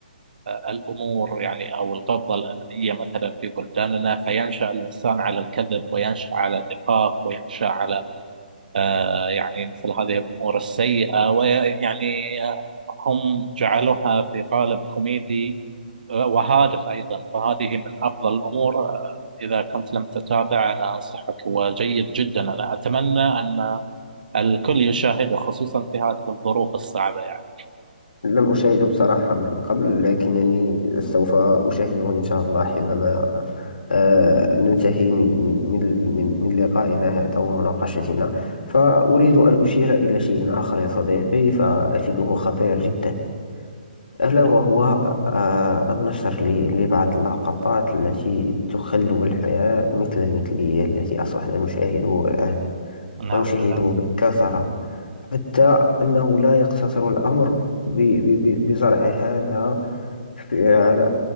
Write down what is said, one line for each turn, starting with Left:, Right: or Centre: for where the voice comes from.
Right: آه، الأمور يعني أو القبضة الأمنية مثلا في بلداننا فينشأ الإنسان على الكذب وينشأ على النفاق وينشأ على آه، يعني مثل هذه الأمور السيئة ويعني آه، هم جعلوها في قالب كوميدي آه، وهادف أيضا فهذه من أفضل الأمور آه، إذا كنت لم تتابع أنا أنصحك وجيد جدا أنا أتمنى أن الكل يشاهده خصوصا في هذه الظروف الصعبة يعني
Left: لم أشاهده بصراحة من قبل لكنني سوف أشاهده إن شاء الله حينما آه، ننتهي من من من من من لقائنا هذا ومناقشتنا فأريد أن أشير إلى شيء آخر يا صديقي فأجده خطير جدا ألا
Right: نعم
Left: وهو آه، النشر ل- لبعض اللقطات التي تخلو الحياة مثل المثلية التي أصبحنا نشاهدها الآن
Right: نعم
Left: ويشاهدوه
Right: للأسف
Left: بالكثرة حتى أنه لا يقتصر الأمر ب- ب- ب- بزرع هذا في على